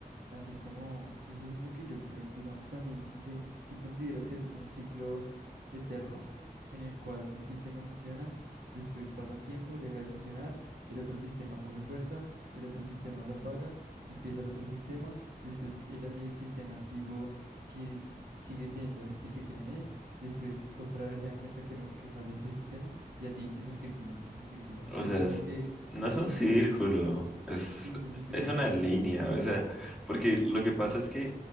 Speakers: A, on the right (about 80°); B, in the centre.
A: Así como, eso es lo que yo creo, digamos también, no sé, yo considero que eso es un ciclo eterno en el cual un sistema funciona, después pasa un tiempo, deja de funcionar, el otro sistema coge fuerza, el otro sistema lo apaga, empieza el otro sistema, después el, el sistema antiguo que sigue teniendo gente que cree en él, después otra vez se dan cuenta que no, que falla este sistema y así, es un círculo, es un círculo. Entonces
B: O sea,
A: como
B: es,
A: que
B: no es un
A: siento
B: círculo,
A: que es,
B: es,
A: sí, yo siento
B: es
A: que es
B: una
A: así.
B: línea, o sea, porque lo que pasa es que